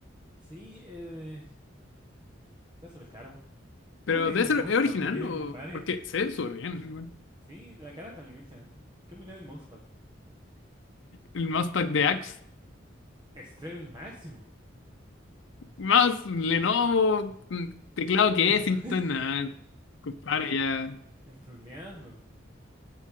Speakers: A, on the right; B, on the left.
A: Sí, eh, está súper caro. ¿Qué
B: Pero
A: opináis
B: debe
A: del
B: ser,
A: mousepad
B: ¿es original
A: que tiene
B: o...?
A: mi compadre?
B: Porque se ve súper bien. igual.
A: Sí, la cara está bien hecha. ¿Qué opinas del mousepad?
B: El mousepad de Axe
A: Estrego el máximo.
B: Más Lenovo, mm, teclado que
A: <laughs>
B: Kensington, nada, compadre, ya.
A: Estruleando.